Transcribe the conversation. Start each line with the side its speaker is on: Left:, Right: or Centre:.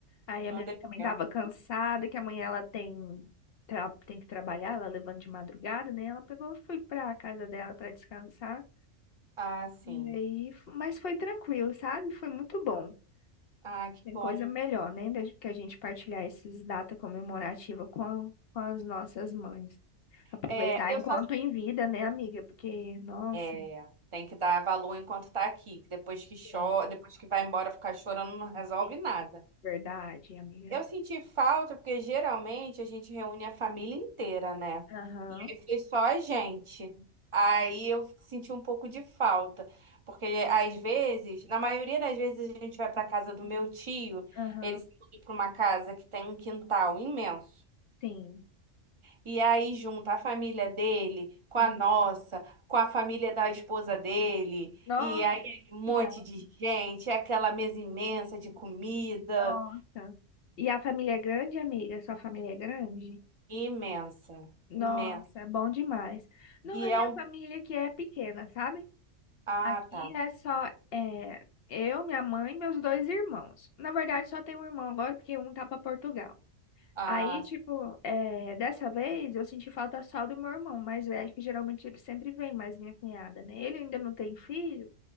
Left: Aí
Right: não
Left: a minha
Right: deu
Left: mãe também
Right: tempo.
Left: estava cansada, que amanhã ela tem, tra- tem que trabalhar, ela levanta de madrugada, né? Ela pegou, e fui pra casa dela para descansar.
Right: Ah, sim.
Left: E aí, f- mas foi tranquilo, sabe? Foi muito bom.
Right: Ah, que
Left: Tem
Right: bom.
Left: coisa melhor, né? Do que a gente partilhar essas datas comemorativas com, a- com as nossas mães. Aproveitar
Right: É, eu
Left: enquanto
Right: só
Left: em vida, né, amiga? Porque, nossa,
Right: é, tem que dar valor enquanto tá aqui, que depois que
Left: Sim,
Right: chora, depois que vai embora ficar chorando não resolve
Left: sim.
Right: nada.
Left: verdade, amiga.
Right: Eu senti falta porque geralmente a gente reúne a família inteira, né?
Left: Aham,
Right: E aí foi só a gente. Aí eu senti um pouco de falta, porque às vezes, na maioria das vezes a gente vai para casa do meu tio,
Left: aham,
Right: ele se mudou para uma casa que tem um quintal imenso.
Left: sim.
Right: E aí junta a família dele com a
Left: Ah,
Right: nossa, com a família da esposa dele,
Left: Nossa,
Right: e aí é um monte
Left: que legal.
Right: de gente, é aquela mesa imensa de comida,
Left: nossa. E a família é grande, amiga? Sua família é grande?
Right: imensa,
Left: Nossa,
Right: imensa.
Left: é bom demais. Não,
Right: E
Left: a
Right: é
Left: minha
Right: um.
Left: família que é pequena, sabe?
Right: Ah,
Left: Aqui
Right: tá.
Left: é só é, eu, minha mãe e meus dois irmãos. Na verdade, só tem um irmão agora, porque um tá pra Portugal.
Right: Ah,
Left: Aí, tipo, é, dessa vez eu senti falta só do meu irmão mais velho, que geralmente ele sempre vem, mais minha cunhada, né? Ele ainda não tem filho,